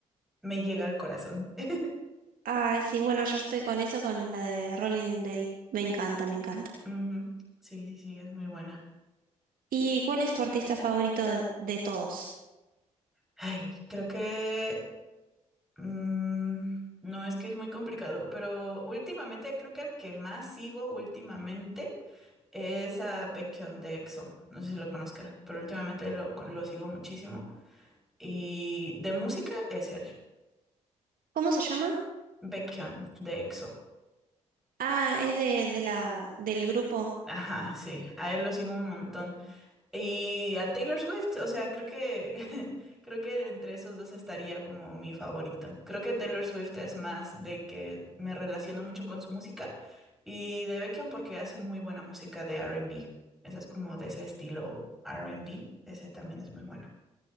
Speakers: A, in the centre; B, on the right (about 55°).
A: me llega al corazón. <laughs>
B: Ay, sí, bueno, yo estoy con eso, con la de Rolling in the Deep. Me encanta, me encanta.
A: Ujú. Sí, sí, sí, es muy buena.
B: ¿Y cuál es tu artista favorito de, de todos?
A: Ay, creo que Mm, no, es que es muy complicado, pero últimamente creo que el que más sigo últimamente es a Baekhyun de EXO. No sé si lo conozca, pero últimamente lo, lo sigo muchísimo. Y de música es él,
B: ¿Cómo se llama?
A: Baekhyun de EXO.
B: Ah, es de, de la, del grupo.
A: Ajá, sí, a él lo sigo un montón. Y a Taylor Swift, o sea, creo que <laughs> creo que entre esos dos estaría como mi favorito. Creo que Taylor Swift es más de que me relaciono mucho con su música y de Beckham porque hace muy buena música de R&B. Esa es como de ese estilo R&B, ese también es muy bueno.